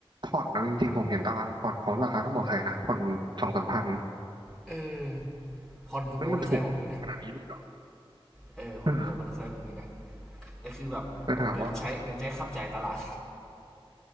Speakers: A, on the right (about 50°); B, in the centre.
A: ผ่อนเลาจริงๆผมเห็นตารางผ่อนเขาราคาเท่าหมอไทยนะผ่อนสองสามพัน
B: เออพอนถูกกว่ามอเตอร์ไซค์ผมเอีกนะ
A: มันมันถูกขนาดนี้เลยเหรอ
B: เออพอนถูกกว่ามอเตอร์ไซค์ผมเองนะ
A: เออ
B: แต่คือแบบเหมือนใช้เหมือนใช้ขับใจตลาด
A: แต่ถามว่า